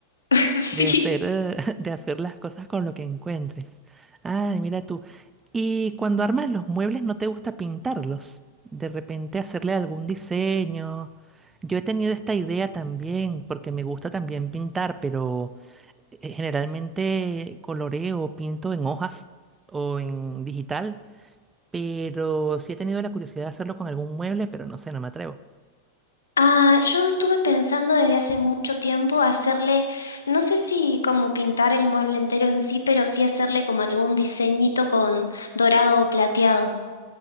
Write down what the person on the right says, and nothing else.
De
hacer, eh, <laughs> de hacer las cosas con lo que encuentres. Ay, mira tú. Y cuando armas los muebles, ¿no te gusta pintarlos? De repente hacerle algún diseño. Yo he tenido esta idea también, porque me gusta también pintar, pero eh, generalmente coloreo, pinto en hojas o en digital. Pero sí he tenido la curiosidad de hacerlo con algún mueble, pero no sé, no me atrevo.